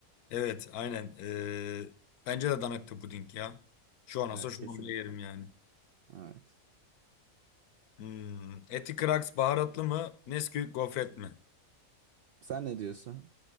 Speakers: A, on the left; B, on the right.
A: Evet aynen. E, bence de Danetti puding ya. Şu an olsa
B: Evet
A: şu
B: kesinlikle.
A: an bile yerim yani.
B: Evet.
A: Hmm. Eti Kraks baharatlı mı? Nesquik gofret mi?
B: Sen ne diyorsun?